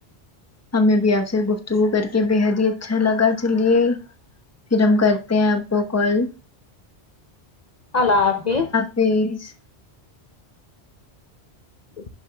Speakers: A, on the left; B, on the left.
A: ہمیں بھی آپ سے گفتگو کر کے بےحد ہی اچھا لگا چلیے پھر ہم کرتے ہیں آپ کو کال
B: اللہ حافظ
A: <unintelligible>
B: ج